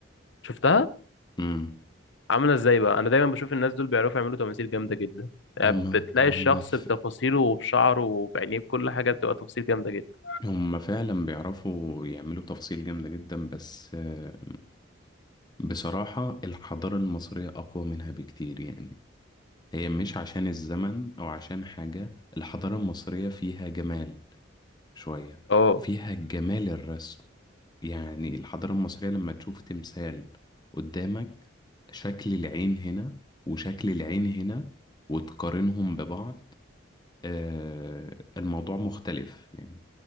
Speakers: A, on the left; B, on the left.
A: شفتها
B: امم
A: عامله ازاي بقى انا دايما بشوف الناس دول بيعرفوا يعملوا تماثيل جامده جدا يعني
B: هما
A: بتلاقي
B: هما
A: الشخص
B: ف...
A: بتفاصيله وبشعره وبعينيه بكل حاجه بتبقى تفاصيل جامده جدا
B: هما فعلا بيعرفوا يعملوا تفاصيل جامدة جدا بس آه، بصراحة الحضارة المصرية أقوى منها بكتير يعني هي مش عشان الزمن أو عشان حاجة الحضارة المصرية فيها جمال شوية
A: اه
B: فيها جمال الرسم يعني الحضارة المصرية لما تشوف تمثال قدامك شكل العين هنا وشكل العين هنا وتقارنهم ببعض آه الموضوع مختلف يعني